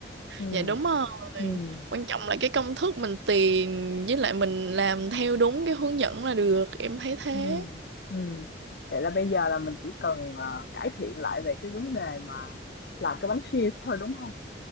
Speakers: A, on the left; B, on the right.
A: ừ
B: Dạ đúng rồi.
A: ừ
B: Quan trọng là cái công thức mình tìm với lại mình làm theo đúng cái hướng dẫn là được. Em thấy thế.
A: ừ ừm. Vậy là bây giờ là mình chỉ cần, ờ, cải thiện lại về cái vấn đề mà làm cái bánh cheese thôi, đúng không?